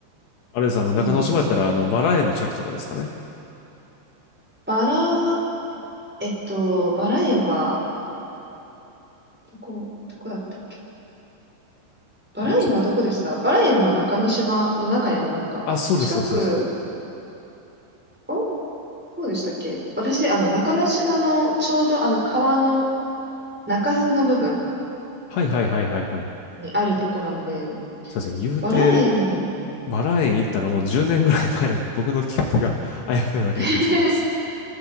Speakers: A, on the left; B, in the centre.
A: あれです、あの、中之島やったら、
B: いいですね。
A: あの、バラ園の近くとかですかね。
B: バラ、えっと、バラ園は、どこ、どこだったっけバラ園はどこでしたバラ園も中之島の中にありますか近く、
A: あれ、ちあ、そうです、そうです、そうです。
B: おそうでしたっけ私、あの、中之島のちょうどあの川の中州の部分
A: はいはいはいはいはい。
B: にあるとこなんで、
A: そうですね。言うて、
B: バラ園、
A: バラ園行ったらもう10年ぐらい前なんで、僕の記憶が <laughs> あやふやなだけかもしれないです。
B: <laughs>